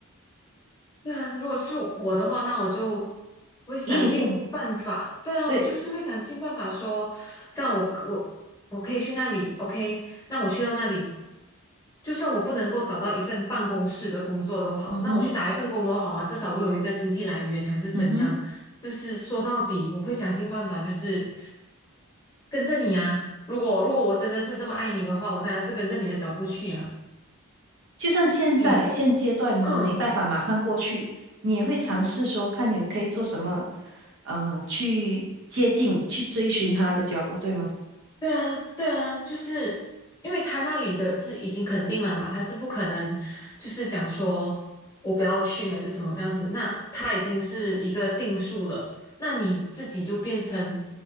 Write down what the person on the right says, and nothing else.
以你现，
对，
嗯哼，
嗯哼。
就算现在现阶段你没办法马上过去，
你也会尝试说看你可以做什么，呃，去接近、去追寻他的脚步，对吗？